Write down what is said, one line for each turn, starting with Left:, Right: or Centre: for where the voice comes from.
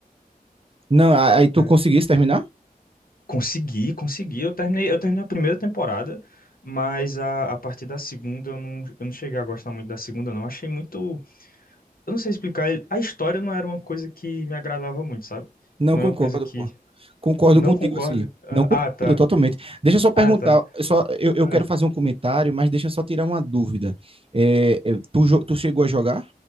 Right: Não, a- aí tu
Left: É.
Right: conseguisse terminar?
Left: Consegui, consegui. Eu terminei, eu terminei a primeira temporada, mas a, a partir da segunda eu não, eu não cheguei a gostar muito da segunda, não. Achei muito. Eu não sei explicar. A história não era uma coisa que me agradava muito, sabe?
Right: Não
Left: Não
Right: concordo,
Left: era uma coisa que.
Right: pô. Concordo
Left: Não
Right: contigo
Left: concorda?
Right: assim.
Left: Ah,
Right: Não concordo
Left: ah, tá.
Right: totalmente. Deixa eu só perguntar,
Left: Ah, tá.
Right: eu só eu, eu
Left: Ah.
Right: quero fazer um comentário, mas deixa eu só tirar uma dúvida. É, eu- tu, jo- tu chegou a jogar